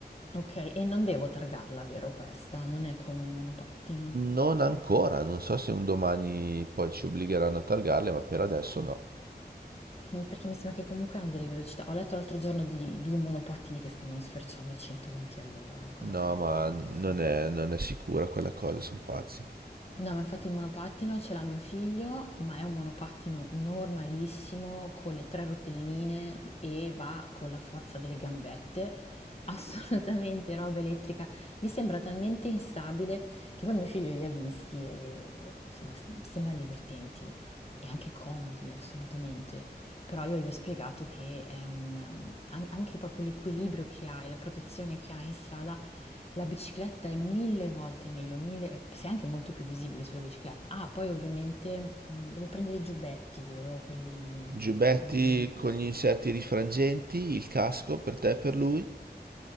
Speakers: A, on the left (about 35°); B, on the right (about 65°).
A: Okay, e non devo targarla, vero questa? Non è come il monopattino?
B: Non ancora, non so se un domani poi ci obbligheranno a targarle, ma per adesso no.
A: Mh, perché mi sembra che comunque hanno delle velocità. Ho letto l'altro giorno di 2 monopattini che stavano sferciando a 120 all'ora, cosa
B: No,
A: fuori
B: ma
A: di testa.
B: non è, non è sicura quella cosa, sono pazzi.
A: No, ma infatti il monopattino ce l'ha mio figlio, ma è un monopattino normalissimo con le 3 rotelline e va con la forza delle gambette. <laughs> Assolutamente roba elettrica. Mi sembra talmente instabile che poi mio figlio li ha visti e insomma s- sembrano divertenti. e anche comodi assolutamente, però io gli ho spiegato che è un, ehm, an- anche proprio l'equilibrio che hai, la protezione che hai in strada, la bicicletta è mille volte meglio, mille, sei anche molto più visibile sulla bicicletta. Ah, poi ovviamente mh, devo prendere i giubbetti, vero? Quelli mh,
B: Giubbetti
A: visibili.
B: con gli inserti rifrangenti, il casco per te e per lui?